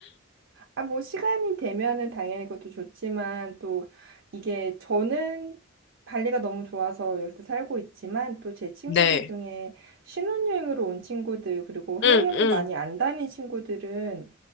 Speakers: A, on the right; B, on the left.
A: 아, 뭐, 시간이 되면은 당연히 그것도 좋지만, 또, 이게 저는 발리가 너무 좋아서 여기서 살고 있지만, 또 제 친구들
B: 네.
A: 중에 신혼여행으로 온 친구들, 그리고 해외여행을
B: 응, 응.
A: 많이 안 다닌 친구들은,